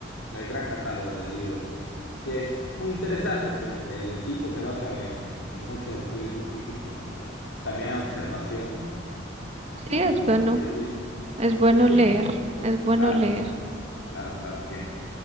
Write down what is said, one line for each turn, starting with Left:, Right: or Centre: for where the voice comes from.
Left: el gran catálogo de libros, que es muy interesante, pues el, el tipo se basa en, en muchos estudios científicos y pues también en observación, ¿no? empírica,
Right: Sí, es bueno,
Left: por así decirlo.
Right: es bueno
Left: Sí, siempre.
Right: leer, es bueno
Left: Claro,
Right: leer.
Left: claro, claro, claro, siempre.